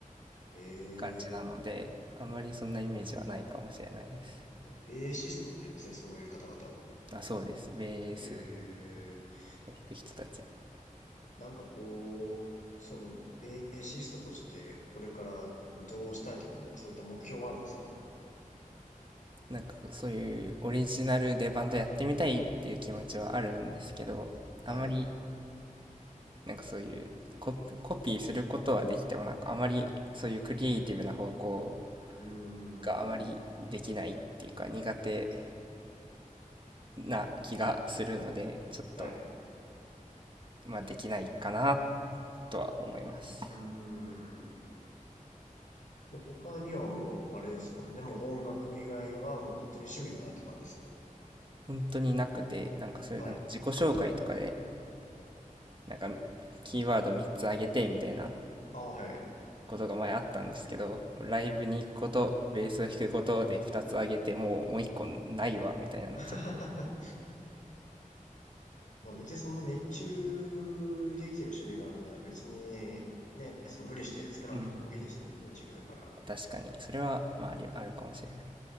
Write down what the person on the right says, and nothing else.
感じなので、あんまりそんなイメージはないかもしれないです。
あ、そうです。ベース
を弾く人たち。
なんかそういうオリジナルでバンドやってみたいっていう気持ちはあるんですけど、
あんまりなんかそういうコピ、コピーすることはできてもなんかあまりそういうクリエイティブな方向
があまりできないっていうか苦手
な気がするので、ちょっと
まあできないかなとは思います。
本当になくて、なんかそういうなんか自己紹介とかで、
なんかキーワード3つあげてみたいな
ことが前あったんですけど、ライブに行くこと、ベースを弾くことで2つあげて、もうもう1個ないわ、みたいになっちゃって。
うん。
確かに、それは、まあ、ありあるかもしれない。